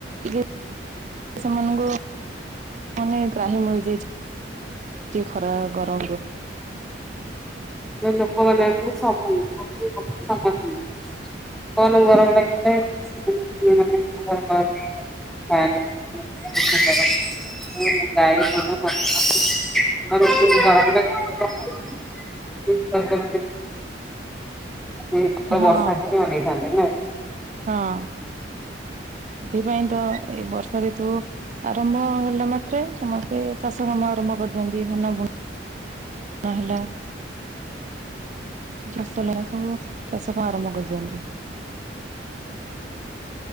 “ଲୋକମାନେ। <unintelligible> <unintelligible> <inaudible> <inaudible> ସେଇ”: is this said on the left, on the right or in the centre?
Centre